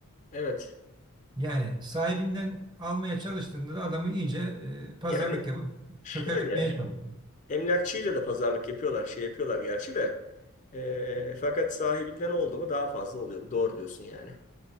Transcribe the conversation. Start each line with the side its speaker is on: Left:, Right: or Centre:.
Left: Evet.
Right: Yani sahibinden almaya çalıştığında da adamı iyice e, pazarlık
Left: Yani
Right: yapıp
Left: şöyle
Right: çökertmeye çalışıyor.
Left: emlakçıyla da pazarlık yapıyorlar şey yapıyorlar gerçi de E, fakat sahibinden oldu mu daha fazla oluyor. Bu doğru diyorsun yani.